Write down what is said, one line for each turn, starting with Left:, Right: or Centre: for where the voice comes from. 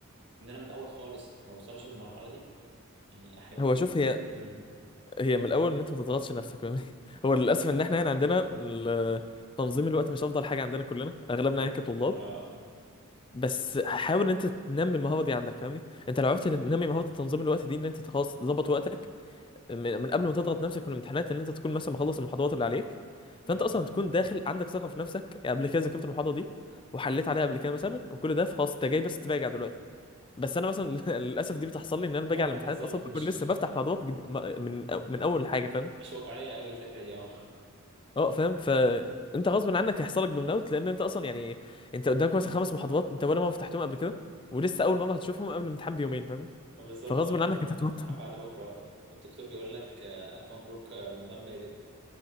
Right: ان انا من الاول خالص ما اوصلش للمرحله دي يعني احاول
Left: هو شوف هي
Right: امم
Left: هي من الاول ان انت ما تضغطش نفسك فاهمني <laughs> هو للاسف ان احنا هنا عندنا ال- تنظيم الوقت مش افضل حاجه عندنا كلنا اغلبنا
Right: امم
Left: يعني كطلاب
Right: اه
Left: بس حاول ان انت تنمي المهاره دي عندك فاهمني انت لو عرفت تنمي مهاره تنظيم الوقت دي ان انت خلاص تظبط وقتك من من قبل ما تضغط نفسك في الامتحانات ان انت تكون مثلا مخلص المحاضرات اللي عليك
Right: امم
Left: فانت اصلا تكون داخل عندك ثقه في نفسك يعني قبل كده ذاكرت المحاضره دي وحليت عليها قبل كده مثلا وكل ده خلاص انت جاي بس تراجع دلوقتي بس انا مثلا <laughs> للاسف دي بتحصل لي ان انا باجي
Right: اه
Left: على
Right: ما
Left: الامتحانات
Right: بالظبط
Left: اصلا بكون
Right: مش
Left: لسه
Right: مش
Left: بفتح موضوعات جديد من أو- من اول حاجه فاهم
Right: مش واقعيه قوي الفكره دي اه <laughs>
Left: اه فاهم فانت غصب عنك هيحصل لك برن اوت لان انت اصلا يعني انت قدامك مثلا خمس محاضرات انت ولا مره فتحتهم قبل كده ولسه اول مره هتشوفهم قبل الامتحان بيومين فاهم
Right: آه، بالظبط
Left: فغصب
Right: اه اللي
Left: عنك
Right: هو امتح-
Left: انت هتوتر
Right: امتحان بعد بكره آه. والدكتور بيقول لك آه، الف مبروك آه، رمضان بادئ